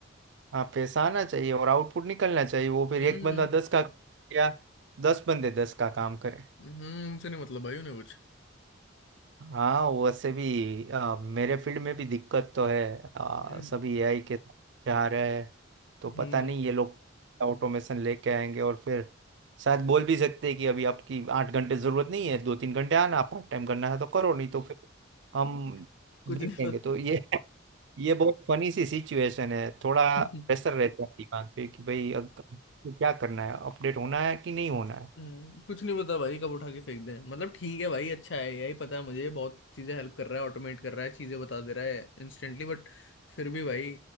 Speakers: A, on the right; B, on the left.
A: हाँ पैसा आना चाहिए और आउटपुट निकलना चाहिए वो फिर
B: हम्म
A: एक बंदा दस का या दस बंदे दस का काम करें
B: हम्म उनसे नहीं मतलब भाई उन्हें कुछ
A: हाँ वैसे भी अ, मेरे फील्ड में भी दिक्कत तो है अ,
B: हम्म
A: सभी एआई के जा रहे हैं तो पता
B: हम्म,
A: नहीं ये लोग ऑटोमेशन लेके आएंगे और फिर शायद बोल भी सकते हैं कि अभी आपकी आठ घंटे जरूरत नहीं है दो तीन घंटे आना पार्ट टाइम करना है तो करो नहीं तो फिर हम
B: <laughs> कुछ
A: देख
B: नहीं
A: लेंगे
B: पता
A: तो ये ये बहुत फनी सी सिचुएशन है थोड़ा
B: <laughs>
A: प्रेशर रहता है दिमाग पे कि भाई अब तो क्या करना है अपडेट होना है कि नहीं होना है
B: हम्म, कुछ नहीं पता भाई कब उठा के फेंक दें मतलब ठीक है भाई अच्छा है यही पता है मुझे बहुत चीजें हेल्प कर रहा है ऑटोमेट कर रहा है चीजें बता दे रहा है इंस्टेंटली बट फिर भी भाई